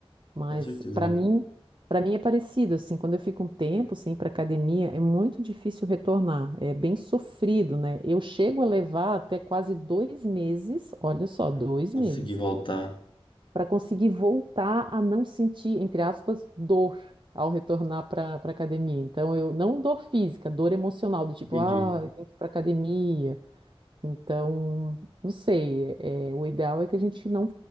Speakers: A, on the right; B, on the left.
A: Mas
B: Com certeza.
A: para mim, para mim é parecido, assim, quando eu fico um tempo sem ir para academia, é muito difícil retornar, é bem sofrido, né? Eu chego a levar até quase dois meses, olha só,
B: Pra
A: dois
B: conseguir
A: meses
B: voltar.
A: para conseguir voltar a não sentir, entre aspas, dor ao retornar para para academia. Então, eu não dor física, dor emocional, do tipo,
B: Entendi.
A: ah, eu tenho que ir para academia. Então, não sei, é, o ideal é que a gente não